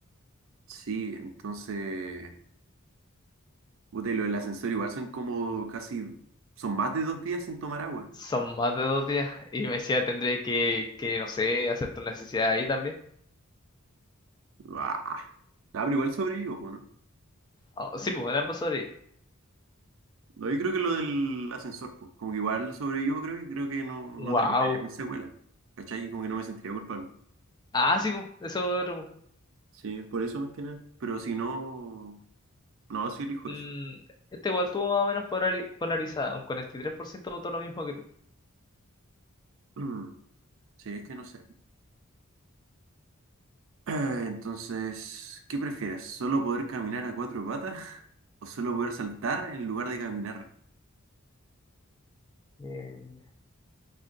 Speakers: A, on the right (about 65°); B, on the left (about 20°).
A: Sí, entonces, puta, y lo del ascensor igual son como casi, son más de dos días sin tomar agua.
B: son más de dos días. Y me decía, tendré que, que, no sé, hacer tu necesidad ahí también.
A: Ah, nah, pero igual sobrevivo, pues, ¿no?
B: Ah, sí, pues, eran ambos horas.
A: No, yo creo que lo del ascensor, pues, como que igual sobrevivo, creo, y creo que no, no
B: Wow.
A: terminaría con secuela. ¿Cachai? Como que no me sentiría culpable.
B: Ah, sí, pues, eso. otro, pues.
A: Sí, por eso más que nada. Pero si no, no, sí elijo
B: Mm,
A: eso.
B: este igual tuvo más o menos polari- polarizada. Un 43% votó lo mismo que tú.
A: Mm, <clears throat> sí, es que no sé. <clears throat> Entonces, ¿qué prefieres? ¿Solo poder caminar a cuatro patas <laughs> o solo poder saltar en lugar de caminar?
B: Mm.